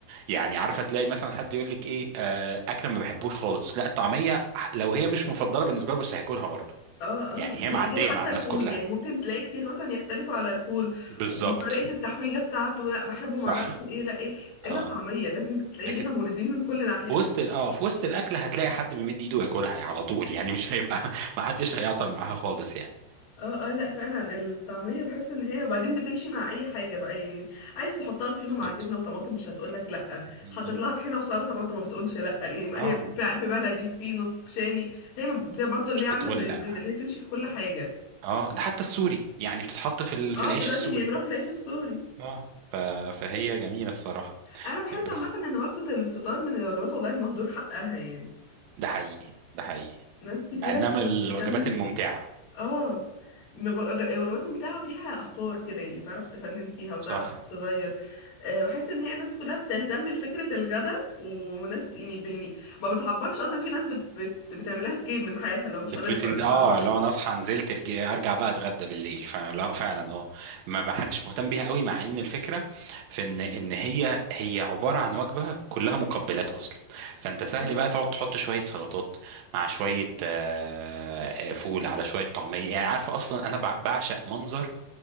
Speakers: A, on the right (about 85°); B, on the left (about 50°).
A: يعني عارفه تلاقي مثلا حد يقول لك ايه آه اكله ما بحبوش خالص لا الطعميه ح- لو هي مش مفضله بالنسبه له بس هياكلها برضو
B: اه اه
A: يعني
B: غير
A: هي معدية
B: غير حتى
A: مع الناس
B: الفول
A: كلها
B: يعني ممكن تلاقي كتير مثلا يختلفوا على الفول
A: بالظبط
B: وطريقة التحويجة بتاعته لا بحبه
A: صح
B: معرفش ايه لا ايه الا
A: اه
B: الطعمية لازم تلاقي
A: لكن
B: ليها موردين من كل ناحية
A: في وسط ال- اه في وسط الاكل هتلاقي حد بيمد ايده ياكلها يعني على طول يعني مش هيبقى <laughs> ما حدش هيعطل معاها خالص يعني
B: اه اه لا فعلا الطعمية بحس ان هي وبعدين بتمشي مع اي حاجة بقى يعني عايز تحطها فينو
A: بالظبط
B: مع جبنة وطماطم مش هتقولك لا
A: بالظبط
B: حطيت لها طحينة وسلطة برضه ما بتقولش لا يعني ما
A: اه
B: هي في في بلدي في فينو في شامي هي ما- زي برضه اللي
A: مش
B: هي عاملة
A: هتقول
B: زي البيض
A: لا
B: اللي هي بتمشي في كل حاجة
A: اه ده حتى السوري يعني بتتحط في ال...
B: اه
A: في العيش
B: دلوقتي
A: السوري
B: بيعملوها في العيش السوري
A: اه ف... فهي جميلة الصراحة
B: انا بحس
A: بس
B: عامة ان وجبة الفطار من الوجبات والله المهدور حقها يعني
A: ده حقيقي ده حقيقي
B: ناس كتيرة
A: مع انها من
B: ما
A: الوجبات
B: بتهتمش
A: الممتعة
B: بيها اه مج- وجبات ممتعة فيها أفكار كده يعني تعرف تفنن فيها وتعرف
A: صح
B: تغير آه، بحس إن هي الناس كلها بتهتم لفكرة الغداء وناس يعني بيني ما بتعبرش أصلا في ناس بت بت بتعملها سكيب من حياتها لو مش
A: بت
B: هنفطر
A: بتن...
B: النهاردة
A: اه لو انا اصحى نزلت ارجع ارجع بقى اتغدى بالليل فلا فعلا اه ما ما حدش مهتم بيها قوي مع ان الفكره في ان ان هي هي عباره عن وجبه كلها مقبلات اصلا فانت سهل
B: <laughs>
A: بقى تقعد تحط شويه سلطات مع شويه آه، آه، فول على شويه طعميه يعني عارفه اصلا انا بع- بعشق منظر